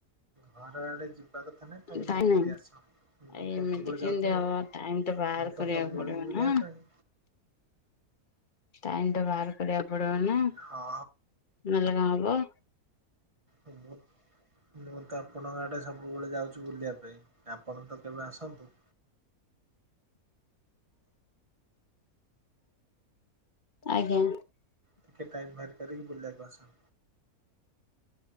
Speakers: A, on the right (about 20°); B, on the left (about 40°).
A: ଘର ଆଡେ ଯି ବା କଥା ନାଇଁ, ତୋମେ
B: ଟାଇମ୍
A: ନେଇକିରି
B: ନାହିଁ।
A: ଆସ, ମୁଁ କଣ
B: ଏମିତି
A: ସବୁବେଳେ
B: କେମିତି
A: ଯାଉଥିବି।
B: ହବ ଟାଇମ୍ ତ ବାହାର
A: ମୁଁ
B: କରିବାକୁ
A: ତ ସବୁବେଳେ
B: ପଡିବ
A: ଯିବି
B: ନା।
A: <unintelligible> ପାଇଁ।
B: ଟାଇମ୍ ଟା ବାହାର କରିବାକୁ ପଡିବ ନା।
A: ହଁ
B: ନଲେ କଣ ହବ?
A: ଥିବୁ। ମୁଁ ତ ଆପଣଙ୍କ ଆଡେ ସବୁବେଳେ ଯାଉଛୁ ବୁଲିବା ପାଇଁ। ଆପଣ ତ କେବେ ଆସନ୍ତୁ।
B: ଆଜ୍ଞା।
A: ଟିକେ ଟାଇମ୍ ବାହାର କରିକି ବୁଲିବାକୁ ଆସ।